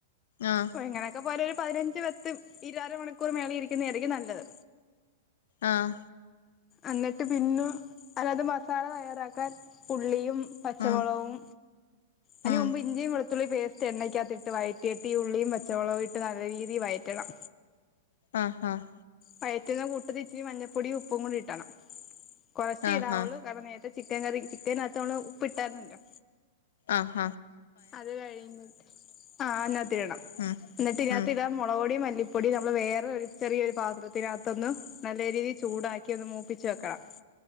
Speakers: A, on the left (about 70°); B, on the left (about 15°).
A: ആഹ്
B: ഓ ഇങ്ങനെയൊക്കെ പോല ഒരു പതിനഞ്ച് പത്ത് ഇരുര മണിക്കൂർ മേളെ ഇരിക്കുന്ന ആയിരിക്കും നല്ലത്
A: ആഹ
B: എന്നിട്ട് പിന്നെ അല്ലത് മസാല തയ്യാറാക്കാൻ പുള്ളിയും പച്ചമുളവും
A: ഉം
B: അതിന്
A: ഉം
B: മുമ്പ് ഇഞ്ചയും വെളുത്തുള്ളി ത്തുള്ളി പേസ്റ്റ് എണ്ണക്കകത്തിട്ട് വയറ്റിയിട്ട് ഈ ഉള്ളിയും പച്ചമുളവും ഇട്ട് നല്ല രീതിയി വയറ്റണം
A: ആഹ ആഹ്
B: പയറ്റന്ന് കൂട്ടത്തി ഇച്ചിരി മഞ്ഞൾപ്പൊടും ഉപ്പും കൂടി കട്ടണം കൊറച്ച്
A: ആഹ്
B: ഇടാവുള്ളൂ
A: ആഹ്
B: കാരണം നേരത്തെ ചിക്കൻ കറി ചിക്കനകതൊള ഉപ്പ് ഇട്ടായിന്നല്ലോ
A: ആഹ
B: അത് കഴിഞ്ഞിട്ട് ആ അതിന്ടകത് ഇടണം
A: ഉം
B: എന്നിട്ട് ഇതിനകത്ത്
A: ഉം
B: ഇട മുളകുപൊടി പൊടി നമ്മൾ വേറെ ഒരു ചെറിയ ഒരു പാത്രത്തിനത്തിന് നല്ല രീതിയിൽ ചൂടാക്കി ഒന്നു മൂ പ്പിച്ചു വെക്കണം